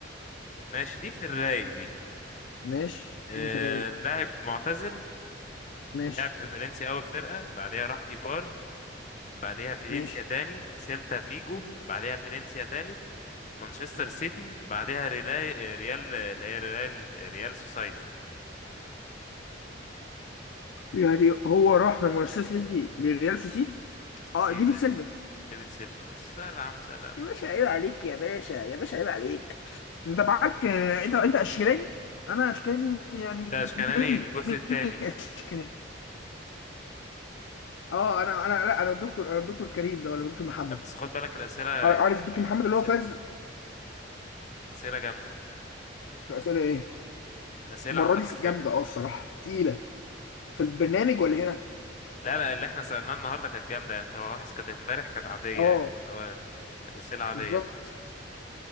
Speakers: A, on the left; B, on the left.
A: ماشي دي في الرايق دي
B: ماشي
A: آه
B: اديني في الرايق
A: لاعب معتزل
B: ماشي
A: لعب في فالنسيا اول فرقة بعدها راح ايبار بعدها فالنسيا
B: ماشي
A: تاني سيلتا فيجو بعدها فالنسيا تالت مانشستر سيتي بعدها ريال ريال اللي هي ريال آه، ريال سوسايدا
B: يعني هو راح من مانشستر سيتي للريال سوسيد
A: سيدا
B: اه ديفيد سيلفا
A: ديفيد سيلفا بس سهل يا عم سهل
B: يا باشا عيب عليك يا باشا يا باشا عيب عليك انت معاك آه، انت انت اشكالاني انا اشكالاني يعني
A: انت اشكناني
B: ميني
A: الجزء
B: ميني
A: التاني
B: اشكالاني اه انا انا لا انا الدكتور انا الدكتور كريم ده ولا الدكتور محمد
A: لا، بس خد بالك الاسئله يعني
B: عار- عارف الدكتور محمد اللي
A: اسئله
B: هو فاز
A: اسئله جامده
B: الاسئله ايه
A: الاسئله
B: المره
A: عامه
B: دي جامده
A: جامده
B: اه الصراحه تقيله في البرنامج ولا هنا
A: لا لا اللي احنا سالناه النهارده كانت جامده يعني انت لو لاحظ كانت امبارح كانت عاديه
B: اه
A: يعني اللي هو كانت اسئله عاديه
B: بالظبط
A: فاهم